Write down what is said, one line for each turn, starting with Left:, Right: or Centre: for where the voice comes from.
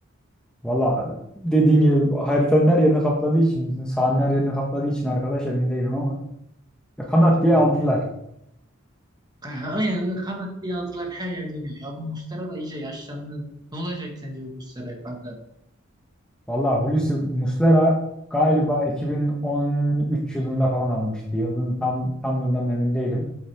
Centre: Valla dediğin gibi haritanın her yerini kapladığı için, sahanın her yerini kapladığı için arkadaş emin değilim ama. Ya, kanat diye
Right: Ben
Centre: aldılar.
Right: de aynen kanat diye aldılar her yerde oynuyor. Ya bu Muslera da iyice yaşlandı. Ne olacak sence bu Muslera kanka?
Centre: Valla Hulusi Muslera galiba 2013 yılında falan alınmıştı. Yılın tam tam yıldan emin değilim.